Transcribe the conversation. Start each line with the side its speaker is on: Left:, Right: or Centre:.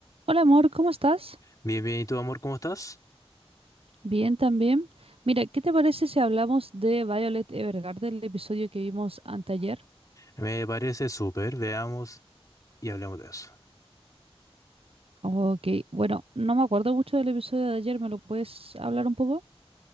Right: Hola amor, ¿cómo estás?
Left: Bien, bien, ¿y tu amor, cómo estás?
Right: Bien también. Mira, ¿qué te parece si hablamos de Violet Evergarden, el episodio que vimos anteayer?
Left: Me parece súper, veamos y hablemos de eso.
Right: Ok, bueno, no me acuerdo mucho del episodio de ayer, ¿me lo puedes hablar un poco?